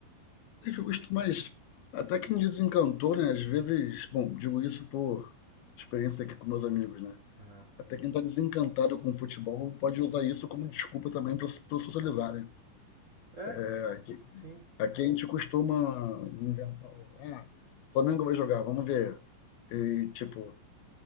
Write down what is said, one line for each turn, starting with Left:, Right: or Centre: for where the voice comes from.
Left: É justo, mas até que me desencantou, né? Às vezes, bom, digo isso por experiência aqui com meus amigos, né?
Right: Ah,
Left: Até quem está desencantado com o futebol pode usar isso como desculpa também para socializar, né?
Right: é,
Left: É, Aqui,
Right: sim,
Left: aqui a gente costuma inventar, ah, Flamengo vai jogar, vamos ver. E, tipo,